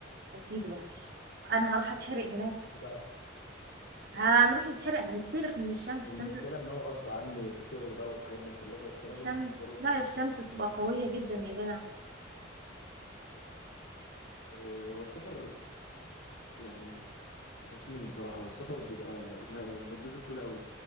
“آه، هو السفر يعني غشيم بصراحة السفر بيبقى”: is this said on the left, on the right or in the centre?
Left